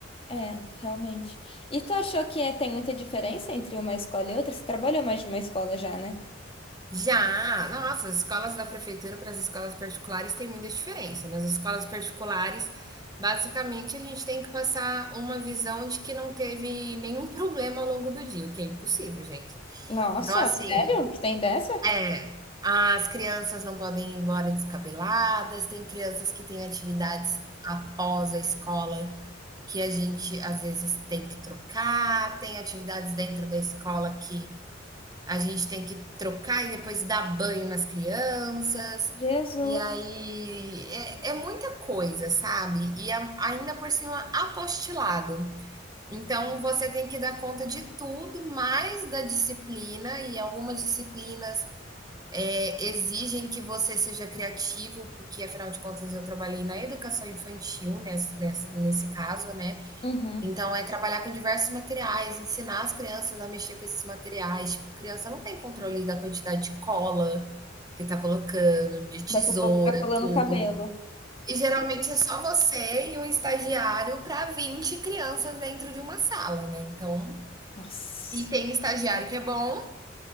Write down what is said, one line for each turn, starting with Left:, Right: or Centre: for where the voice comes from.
Left: É, realmente. E tu achou que é- tem muita diferença entre uma escola e outra? Você trabalhou mais de uma escola já, né?
Right: Já, nossa, as escolas da prefeitura para as escolas particulares tem muita diferença. né? Nas escolas particulares, basicamente, a gente tem que passar uma visão de que não teve nenhum problema ao longo do dia, o que é impossível, gente.
Left: Nossa,
Right: Então, assim,
Left: sério? Que tem dessa?
Right: É, As crianças não podem ir embora descabeladas, tem crianças que têm atividades após a escola que a gente às vezes tem que trocar, tem atividades dentro da escola que a gente tem que trocar e depois dar banho nas crianças.
Left: Jesus.
Right: E aí é, é muita coisa, sabe? E a- ainda por cima apostilado. Então você tem que dar conta de tudo, mais da disciplina, e algumas disciplinas é, exigem que você seja criativo, porque afinal de contas eu trabalhei na educação infantil nesse, nesse, nesse caso, né?
Left: Uhum.
Right: Então é trabalhar com diversos materiais, ensinar as crianças a mexer com esses materiais. Tipo, criança não tem controle da quantidade de cola que tá colocando, de tesoura,
Left: Daqui a pouco tá colando
Right: tudo.
Left: o cabelo.
Right: E geralmente é só você e um estagiário para 20 crianças dentro de uma sala, né? Então,
Left: Nossa.
Right: e tem estagiário que é bom